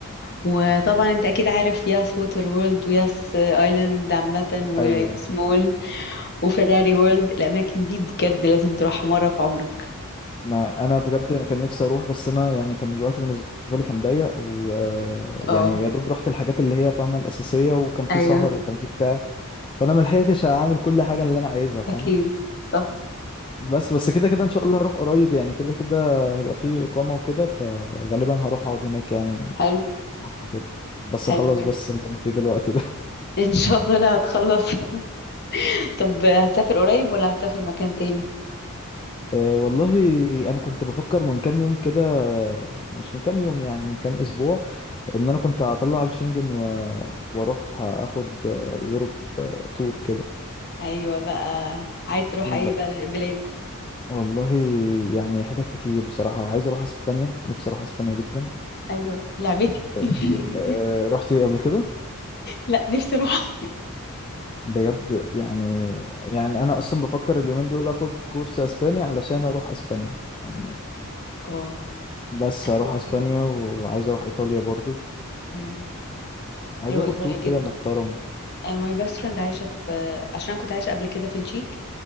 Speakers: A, on the left (about 50°); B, on the left (about 25°).
A: وطبعا انت اكيد عارف ياس ووتر وورلد وياس آه، ايلاند عامه وياس
B: ايوه
A: مول وفيراري وورلد الاماكن دي بجد لازم تروحها مره في عمرك
B: ما انا بجد أنا كان نفسي اروح بس انا يعني كان الوقت بالنسبه لي كان ضيق ويعني
A: اه
B: يا دوب رحت الحاجات اللي هي فاهمه الاساسيه وكان في
A: ايوه
B: سهر وكان في بتاع فانا ما لحقتش اعمل كل حاجه اللي انا عايزها فاهمه
A: اكيد صح
B: بس بس كده كده ان شاء الله هروح قريب يعني كده كده هيبقى في اقامه وكده فغالبا هروح اقعد هناك يعني
A: حلو
B: فتره كده بس
A: حلو
B: اخلص
A: جدا
B: بس اللي انا فيه دلوقتي ده
A: ان شاء الله لا هتخلص <laughs> طب هتسافر قريب ولا هتسافر مكان تاني
B: <laughs> أه والله انا كنت بفكر من كام يوم كده مش من كام يوم يعني من كام اسبوع ان انا كنت هطلع الشنجن و... واروح اخد يوروب تور كده
A: ايوه بقى عايز تروح
B: ب...
A: اي بل- بلاد
B: والله يعني حتت كتير بصراحة عايز اروح اسبانيا نفسي اروح اسبانيا جدا
A: ايوه لعبتي
B: أه،
A: <laughs>
B: أه، رحتي قبل كده
A: لا نفسي اروح
B: بجد يعني يعني انا اصلا بفكر اليومين دول اخد كورس اسباني علشان اروح اسبانيا يعني
A: اه
B: بس
A: انا
B: اروح
A: عندي
B: اسبانيا وعايز اروح ايطاليا برضو
A: مم.
B: عايز
A: حلوه
B: اخد
A: ايطاليا
B: تور
A: جدا
B: كده محترم
A: انا ماي باست فريند عايشه في عشان كنت عايشه قبل كده في التشيك